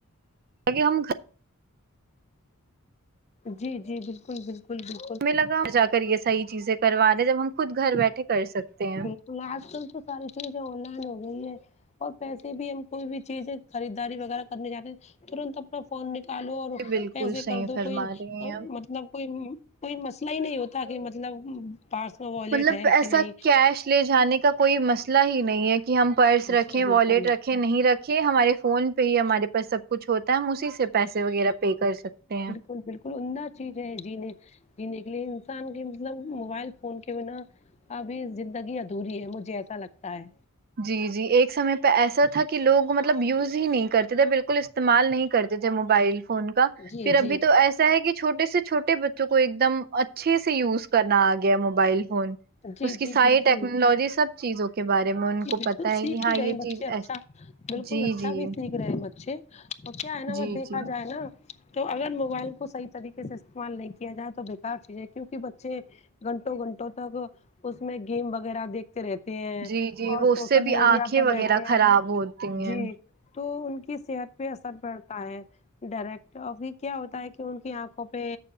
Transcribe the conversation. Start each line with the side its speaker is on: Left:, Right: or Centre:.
Right: آگے کھ ہم
Left: جی جی بالکل بالکل بال
Right: ہمیں لگا جا کر یہ صحیح چیزیں کروانے جب ہم خود گھر بیٹھے کر سکتے ہیں
Left: ہ آج کل تو ساری چیزیں آن لائن ہو گئی ہے اور پیسے بھی ہم کوئی بھی چیزیں خریداری وغیرہ کرنے جاتے ہیں تنت اپنا فون نکالو اور
Right: بالکل
Left: پیسے
Right: صحیح
Left: کر دو
Right: فرما
Left: کوئی مطلب
Right: رہی ہیں آپ
Left: مطلب کوئی کوئی مسئلہ ہی نہیں ہوتا کہ مطلب پاس میں والیٹ
Right: مطلب
Left: ہے کہ
Right: ایسا
Left: نہیں
Right: کیش لے جانے کا کوئی مسئلہ ہی نہیں ہے کہ ہم پرس
Left: جی
Right: رکھیں
Left: بالکل
Right: والیٹ رکھیں نہیں رکھے ہمارے فون پہ ہی ہمارے پاس سب کچھ ہوتا ہے ہم اسی سے پیسے وغیرہ پے کر سکتے ہیں
Left: ک بالکل عمدہ چیز ہے جینے جینے کے لیے انسان کے مطلب موبائل فون کے بنا ابھی زندگی ادھوری ہے مجھے ایسا لگتا ہے
Right: جی جی ایک سمے پہ ایسا تھا کہ لوگ مطلب یوز ہی نہیں کرتے تھے بالکل اس استعمال نہیں کرتے تھے موبائل فون کا
Left: جی
Right: پھر ابھی
Left: جی
Right: تو ایسا ہے کہ چھوٹے سے چھوٹے بچوں کو ایک دم اچھے سے یوز کرنا آ گیا موبائل فون
Left: جی
Right: اس کی
Left: جی
Right: ساری
Left: بالکل
Right: ٹیکنالوجی سب چیزوں کے بارے میں ان
Left: جی
Right: کو
Left: بالکل
Right: پتا
Left: سیکھ
Right: ہے کہ ہاں
Left: بھی
Right: یہ
Left: رہے ہیں بچے
Right: چیز
Left: اچھا
Right: ایس-
Left: بالکل
Right: جی
Left: اچھا
Right: جی
Left: بھی سیکھ رہے ہیں بچھے تو کیا ہے نا ب
Right: جی
Left: دیکھا
Right: جی
Left: جائے نا تو اگر موبائل کو صحیح طریقے سے استعمال نہیں کیا جائے تو بیکار چیز ہے کیونکہ بچے گھنٹوں گھنٹوں تک اس میں گیم وغیرہ دیکھتے رہتے ہیں
Right: جی جی
Left: اور
Right: وہ
Left: سوشل
Right: اس سے بھی
Left: میڈیا
Right: آنکھیں
Left: پر
Right: وغیرہ
Left: رہتے
Right: خراب
Left: ہیں
Right: ہوتی ہیں
Left: جی تو ان کی صحت پہ اثر پڑتا ہے ڈائریکٹ ابھی کیا ہوتا ہے کہ ان کی آنکھوں پہ